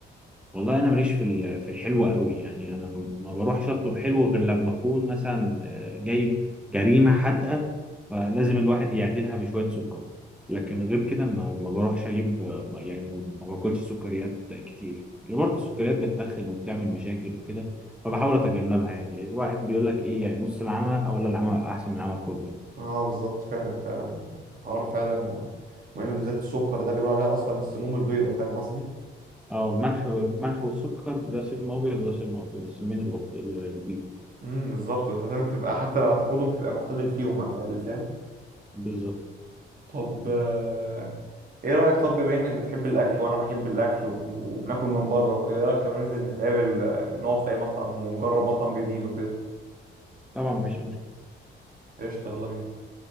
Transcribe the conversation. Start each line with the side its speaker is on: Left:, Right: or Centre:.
Centre: والله انا ماليش في ال- في الحلو قوي يعني انا م- ما بروحش اطلب حلو غير لما اكون مثلا آه، جايب جريمه حادقه فلازم الواحد يعدلها بشويه سكر لكن غير كده ما ما بروحش اجيب آه، ما- يعني ما باكلش سكريات كتير يعني برضه
Right: مم.
Centre: السكريات بتتخن وبتعمل مشاكل وكده فبحاول اتجنبها يعني الواحد بيقول لك ايه يعني نص العمى او ولا العمى احسن من العمى كله
Right: اه بالظبط فعلا فعلا الحوار فعلا مهم بالذات السكر ده بيقولوا عليها اصلا السموم البيضاء فاهم قصدي
Centre: اه الملح الملح والسكر ده سم ابيض وده سم ابيض السمين الأب- البيض
Right: امم بالظبط بالظبط لازم تبقى حتى لو هتاخدهم تبقى معتدل فيهم على الاقل فاهم
Centre: بالظبط
Right: طب آه، ايه رايك طب بما انك بتحب الاكل وانا بحب الاكل وب- وبناكل من بره وكده ايه رايك لو ننزل نتقابل آه، نقعد في اي مطعم ونجرب مطعم جديد وكده
Centre: طبعا مفيش
Right: قشطه يلا بينا